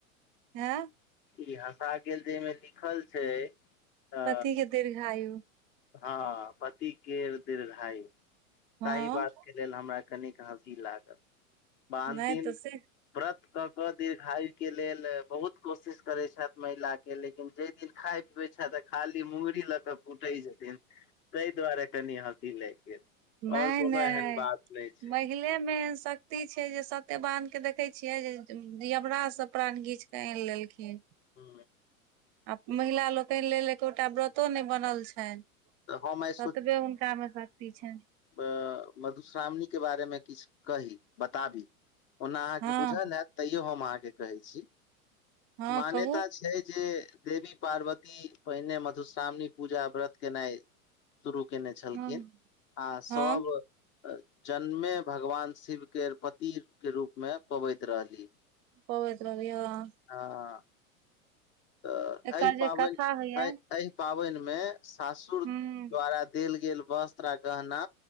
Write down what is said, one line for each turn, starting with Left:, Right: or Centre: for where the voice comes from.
Right: हें
Left: ई हँसा गेल जेमे लिखल छै अ
Right: पति के दीर्घायु
Left: हँ पति केर दीर्घायु
Right: हँ
Left: सहि बात लेल हमरा कनिक हँसी लागल बाह
Right: नहि
Left: दिन
Right: तऽ से
Left: व्रत कऽ कऽ दीर्घायुके लेल बहुत कोशिश करति छथि महिला के ले किन जै दिन खाय पीबै छथि खाली मुंगरी लऽ कऽ कुटै छथि तै दुआरे कनि हँसी लाइग गेल
Right: नहि
Left: आओर कोनो
Right: नहि
Left: एहन बात नय छै
Right: महिले मे एहन शक्ति छै जे सत्यबान के देखे छीयै जे यमराज स प्राण घीच आइन लेलखिन
Left: हू
Right: आ महिला लोकनि लेल एकोटा व्रतो नय बनल छनि
Left: तऽ हम आइ
Right: ततबे हुनका मे शक्ति छनि
Left: ह मधुश्रावणी के बारे मे किछ कही बताबी ओना अहाँके
Right: हँ
Left: बुझल हेऽत तैयो हम अहाँके कहै छी
Right: हँ
Left: मान्यता
Right: कहू
Left: छै जे देवी पार्वती पहिने मधुश्रावणी पूजा व्रत केनाइ शुरू केने छलखिन
Right: हँ
Left: आ सब
Right: हँ
Left: जन्मे भगवान शिव के पति के रूप मे पबति रहली
Right: पबति रहली हं
Left: हँ तऽ
Right: एकर
Left: अहि
Right: जे
Left: पाबनि
Right: कथा होइया
Left: अहि एहि पाबनि मे सासुर
Right: हूँ
Left: द्वारा देल गेल वस्त्र गहना